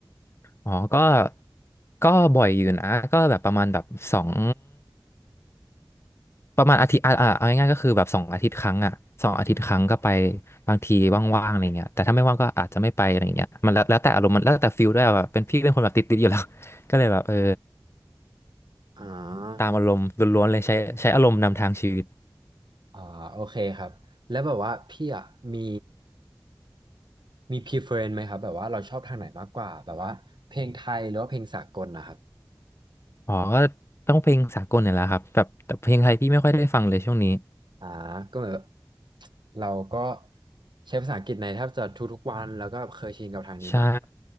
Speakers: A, on the left (about 35°); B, on the right (about 70°).
A: อ๋อก็ก็บ่อยอยู่นะก็แบบประมาณแบบสอง ประมาณอาทิตย์อ่าอ่าเอาง่ายๆก็คือแบบสองอาทิตย์ครั้งอ่ะสองอาทิตย์ครั้งก็ไปบางทีว่างๆอะไรเงี้ยแต่ถ้าไม่ว่างก็อาจจะไม่ไปอะไรเงี้ยมันแล้วแล้วแต่อารมณ์มันแล้วแต่ฟิลด้วยแบบเป็นพี่เป็นคนแบบติดๆอยู่แล้ว <laughs> ก็เลยแบบเออ
B: อ่
A: ตามอารมณ์ล้วนๆเลยใช้ใช้อารมณ์นำทางชีวิต
B: าอ่าโอเคครับแล้วแบบว่าพี่อ่ะมีมี preference ไหมครับแบบว่าเราชอบทางไหนมากกว่าแบบว่าเพลงไทยหรือว่าเพลงสากลนะครับ
A: อ๋อก็ต้องเพลงสากลเนี่ยแหละครับแบบแต่เพลงไทยพี่ไม่ค่อยได้ฟังเลยช่วงนี้
B: อ่าก็เหมือนแบบเราก็ใช้ภาษาอังกฤษในแทบจะทุกๆวันแล้วก็เคยชินกับทางนี้มากกว่า
A: ใช่